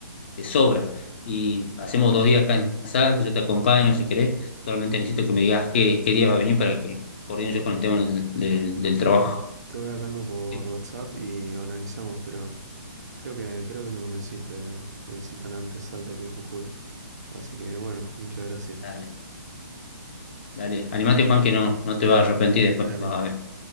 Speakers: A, on the left; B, on the right.
A: te sobra. Y hacemos dos días acá en Salta, yo te acompaño si querés. Solamente necesito que me digas qué, qué día va a venir para que coordine yo con el tema del, del- del
B: bueno,
A: trabajo.
B: te voy hablando por
A: Eh,
B: WhatsApp y organizamos, pero creo que, creo que me convenciste de, de visitar antes Salta que Jujuy. Así que bueno, <laughs> muchas gracias.
A: Dale, dale. Animate, Juan, que no, no te vas a arrepentir después.
B: Dale,
A: Vas a ver.